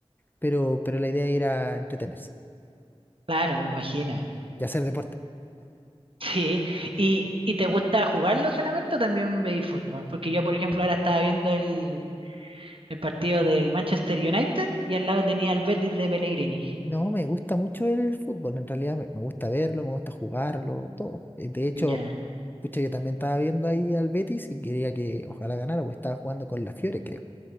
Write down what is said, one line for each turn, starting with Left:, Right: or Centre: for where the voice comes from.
Left: pero, pero la idea era entretenerse
Right: Claro, me imagino.
Left: y hacer deporte.
Right: Sí. ¿Y, y te gusta jugarlo solamente o también veis fútbol? Porque yo, por ejemplo, ahora estaba viendo el el partido del Manchester United y al lado tenía el Betis de Pellegrini.
Left: No, me gusta mucho el fútbol, en realidad me, me gusta verlo, me gusta jugarlo, todo. Eh, De hecho,
Right: Ya.
Left: pucha, yo también estaba viendo ahí al Betis y quería que ojalá ganara, porque estaba jugando con la Fiore, creo.